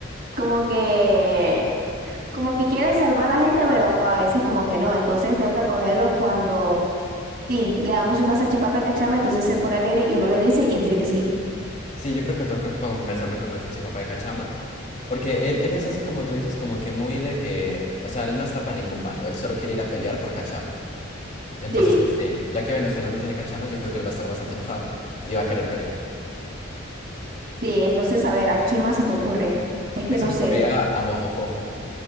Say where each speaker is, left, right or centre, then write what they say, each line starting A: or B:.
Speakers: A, on the right (about 50°); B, on the left (about 40°).
A: como que, como que quiere salvar a la gente, pero co- a veces como que no, entonces toca cogerlo cuando, sí, le damos una salchipapa de cachama, entonces se pone alegre y uno le dice y dice que sí.
B: Sí, yo creo que toca conversarlo con una salchipapa de cachama, porque él, él es así como tú dices, como que muy de que, o sea, él no está para ningún bando, él solo quiere ir a pelear por cachama. Entonces,
A: Sí,
B: pues, sí. ya que Venezuela no tiene cachamas, yo creo que él va a estar bastante enojado y va a querer pelear.
A: sí, entonces, a ver, ¿a quién más se te ocurre? Es
B: A
A: que
B: mí se
A: no
B: me
A: sé.
B: ocurría a Mojojojo,